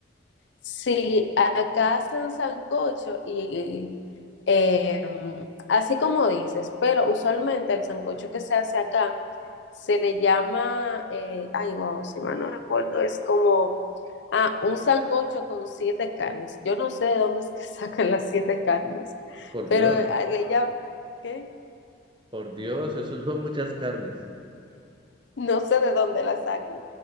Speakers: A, on the left; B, on the right.
A: Si acá hacen sancocho y eh, así como dices, pero usualmente el sancocho que se hace acá se le llama, eh, ay, wow, si mal no recuerdo, es como ah, un sancocho con siete carnes. Yo no sé de dónde es que <laughs> sacan las siete carnes,
B: Por
A: pero
B: Dios,
A: eh, le llaman, ¿qué?
B: por Dios, eso son muchas carnes.
A: No sé de dónde la sacan,